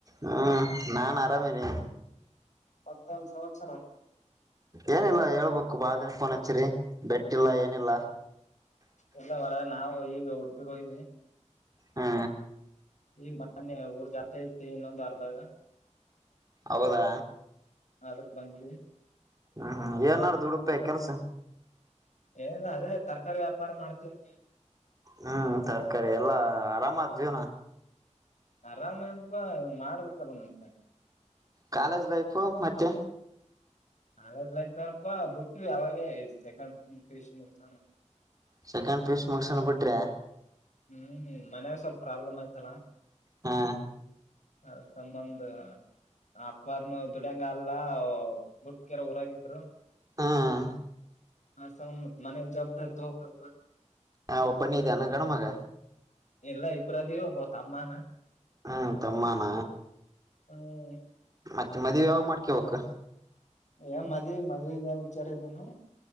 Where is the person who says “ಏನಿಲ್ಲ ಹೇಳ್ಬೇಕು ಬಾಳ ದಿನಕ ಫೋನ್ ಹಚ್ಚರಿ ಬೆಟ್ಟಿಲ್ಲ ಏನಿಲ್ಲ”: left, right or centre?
Right